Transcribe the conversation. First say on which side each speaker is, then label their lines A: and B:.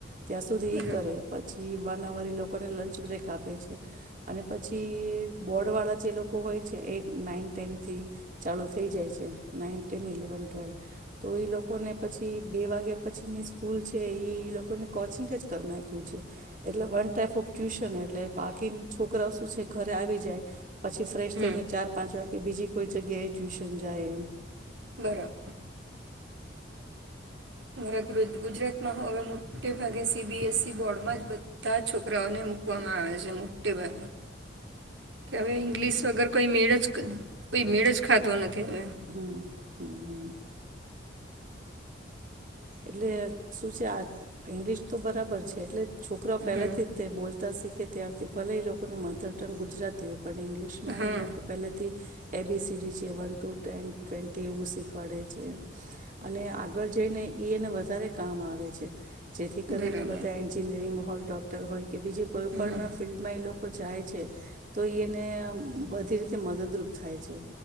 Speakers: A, on the right; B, on the right.
A: ત્યાં સુધી
B: બરાબર
A: હ કરે. પછી વન અવર એ લોકોને લંચ બ્રેક આપે છે અને પછી બોર્ડવાળા જે લોકો હોય છે એ નાઇન ટેનથી ચાલુ થઈ જાય છે નાઈન ટેન ઇલેવન ટ્વેલ્વ તો એ લોકોને પછી બે વાગ્યા પછીની સ્કૂલ છે એ લોકોને કોચિંગ જ કરી નાખ્યું છે. એટલે વન ટાઈપ ઓફ ટ્યુશન એટલે બાકી છોકરા શું છે ઘરે આવી જાય. પછી ફ્રેશ
B: હમ
A: થઈને ચાર પાંચ વાગે બીજી કોઈ જગ્યાએ ટ્યૂશન જ આમ
B: બરાબર. રે ગુજરાતમાં હવે મોટે ભાગે સીબીએસઇ બોર્ડમાં જ બધા છોકરાઓને મૂકવામાં આવે છે મોટે ભાગે. કે હવે ઇંગ્લિશ વગર કોઈ મેળ જ કોઈ મેળ જ ખાધો નથી. હવે
A: હમ હમ હમ. એટલે શું છે આ ઇંગ્લિશ તો બરાબર છે એટલે છોકરાઓ પહેલાથી
B: હમ
A: તે બોલ તા શીખે ત્યારથી ભલે એ લોકોને મધર ટંગ ગુજરાતીઓ. પણ ઈંગ્લિશ માં
B: હા
A: એ લોકો પહેલાથી. એબીસીડી છે વન ટુ ટેન ટ્વેન્ટી એવું શીખવાડે છે અને આગળ જઈને. એ એને વધારે કામ આવે છે. જેથી કરીને
B: બરાબર
A: બધા એન્જિનિયરિંગ. હોય ડોક્ટર હોય. કે બીજ કોઈ પણણ
B: હમ
A: ફિલ્ડમાં એ લોકો. લોકો જાય છે તો એને બધી રીતે મદદરૂપ થાય છે